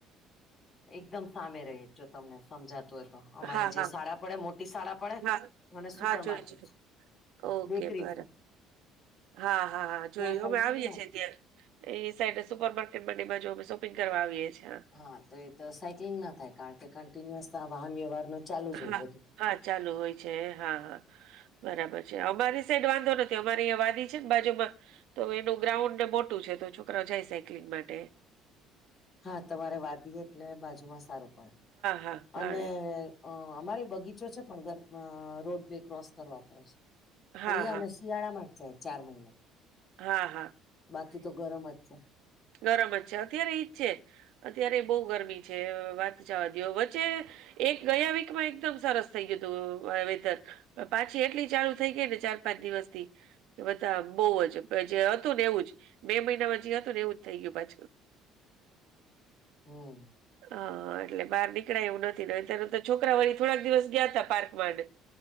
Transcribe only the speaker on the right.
હા,
હા,
હા,
હા, જોયું,
જોયું.
ઓકે
બરા
હા હા હા જોયું
અમે આવીએ
છીએ
ત્યા એ સાઈડે સુપર માર્કેટ બાજુ અમે શોપિંગ કરવા આવીએ છીએ
હા,
હા ચાલુ હોય છે હા હા બરાબર છે અમારી સાઈડ વાંધો નથી અમારી અહીંયા વાડી છે ને બાજુમાં તો એનું ગ્રાઉન્ડ મોટું છે તો છોકરા ઓ જાય સાયક્લિંગ માટે
હા,
હા.
હા,
હા.
હા હા
ગરમ જ છે અત્યારે એજ છે અત્યારે બહુ ગરમી છે વાત જાવા દયો વચ્ચે એક ગયા વીક માં એકદમ સરસ થઈ ગયું હતું વેતન પાછી એટલી ચાલુ થઈ ગઈ ને ચાર પાંચ દિવસ થી કે બધા બહુ જ જે હતું ને એવું જ બે મહિનામાં જે હતું ને એવું થઈ ગયું પાછું
હા એટલે બહાર નીકળાય એવું નથી ને તેનું તો છોકરાઓ થોડાક દિવસ ગયા હતા પાર્ક મા ને